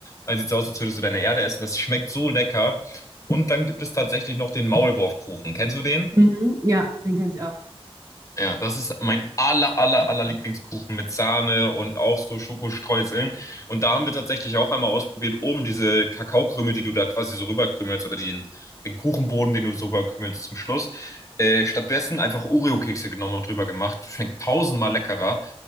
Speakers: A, on the left; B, on the right.
A: Dann sieht es aus, als würdest du deine Erde essen. Das schmeckt so lecker. Und dann gibt es tatsächlich noch den Maulwurfkuchen. Kennst du den?
B: Mhm, ja, den kenne ich auch.
A: Ja, das ist mein aller, aller, aller Lieblingskuchen mit Sahne und auch so Schokostreuseln. Und da haben wir tatsächlich auch einmal ausprobiert, oben diese Kakaokrümel, die du da quasi so rüberkrümelst oder den, den Kuchenboden, den du so rüberkrümelst zum Schluss. Äh, stattdessen einfach Oreo-Kekse genommen und drüber gemacht. Schmeckt tausendmal leckerer.